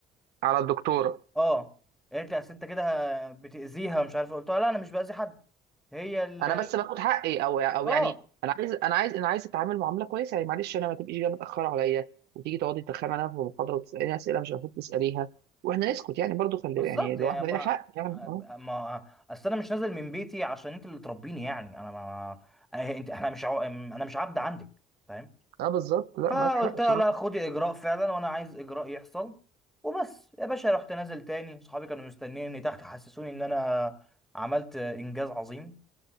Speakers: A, on the right; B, in the centre.
A: على الدكتوره
B: اه قالت لي اصل انت كده بتاذيها ومش عارف إيه. قلت لها لا انا مش باذي حد هي ال
A: انا بس باخد حقي او او
B: اه
A: يعني انا عايز انا عايز انا عايز اتعامل معامله كويسه يعني معلش انا ما تبقيش جايه متاخره عليا وتيجي تقعدي تتخانق معايا في المحاضره وتساليني اسئله مش المفروض تساليها واحنا نسكت يعني برضو خلي
B: بالظبط
A: يعني لو
B: يعني
A: احنا لينا
B: ما
A: حق يعني اه
B: ما اصل انا مش نازل من بيتي عشان انت اللي تربيني يعني انا ما أه، انت احنا مش عو... انا مش عبد عندك فاهم
A: اه بالظبط لا
B: فقلت
A: معاك حق بصراحه
B: لها لا خدي اجراء فعلا وانا عايز اجراء يحصل وبس يا باشا رحت نازل تاني صحابي كانوا مستنيني تحت حسسوني ان انا عملت انجاز عظيم